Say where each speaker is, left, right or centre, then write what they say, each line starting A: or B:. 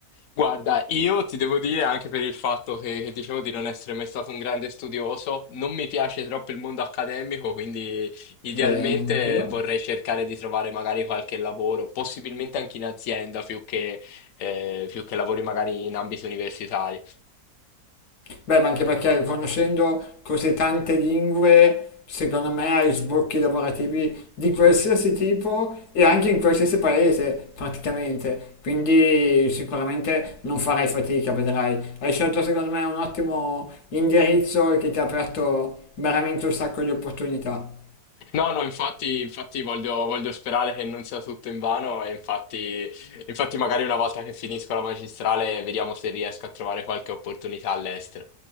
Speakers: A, on the left (about 65°); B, on the left (about 85°).
A: Guarda, io ti devo dire anche per il fatto che, che dicevo di non essere mai stato un grande studioso, non mi piace troppo il mondo accademico, quindi idealmente
B: Bene, anch'io.
A: vorrei cercare di trovare magari qualche lavoro, possibilmente anche in azienda più che, eh, più che lavori magari in ambito universitario.
B: Beh, ma anche perché conoscendo così tante lingue, secondo me hai sbocchi lavorativi di qualsiasi tipo e anche in qualsiasi paese praticamente. Quindi sicuramente non farai fatica, vedrai. Hai scelto secondo me un ottimo indirizzo che ti ha aperto veramente un sacco di opportunità.
A: No, no, infatti, infatti voglio, voglio sperare che non sia tutto invano e infatti, infatti magari una volta che finisco la magistrale vediamo se riesco a trovare qualche opportunità all'estero.